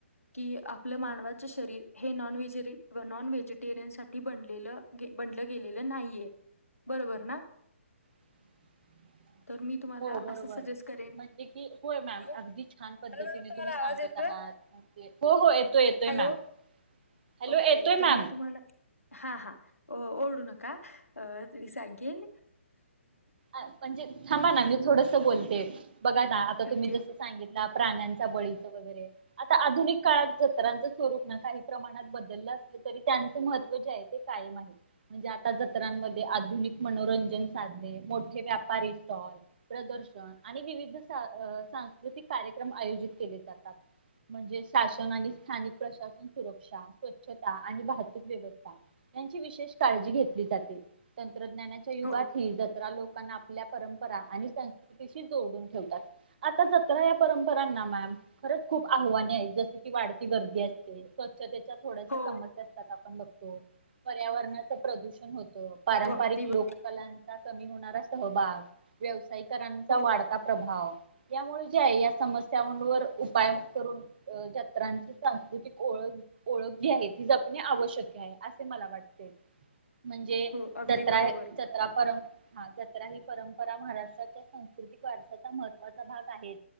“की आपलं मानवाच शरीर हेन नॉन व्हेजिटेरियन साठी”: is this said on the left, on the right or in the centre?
Left